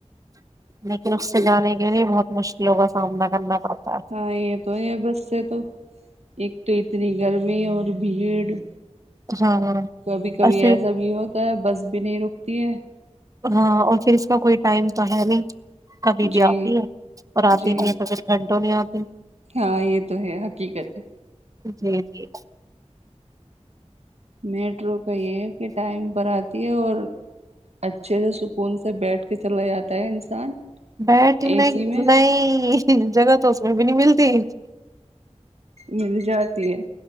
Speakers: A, on the right; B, on the right.
A: لیکن اس سے جانے کے لیے بہت مشکلوں کا سامنا کرنا پڑتا ہے
B: ہاں یہ تو ہی ہے بس سے تو ایک تو اتنی گرمی اور بھیڑ
A: ہاں اور
B: کبھی کبھی
A: پھر
B: ایسا بھی ہوتا ہے بس بھی نہیں رک تی ہے
A: ہاں اور پھر اس کا کوئی ٹائم تو ہے نہیں کبھی بھی
B: جی
A: آتی ہے اور آتی
B: جی
A: نہیں ہے تو پھر گھنٹوں نہیں آتی
B: ہاں یہ تو ہے حقیقت ہے
A: جی جی
B: میٹرو کا یہ ہے کہ ٹائم پر آتی ہے اور اچھے سے سکون سے بیٹھ کے چلا جاتا ہے انسان
A: بیٹھنے
B: اے
A: نہیں
B: سی میں
A: نہیں جگہ تو وہ بھی نہیں ملتی
B: مل جاتی ہے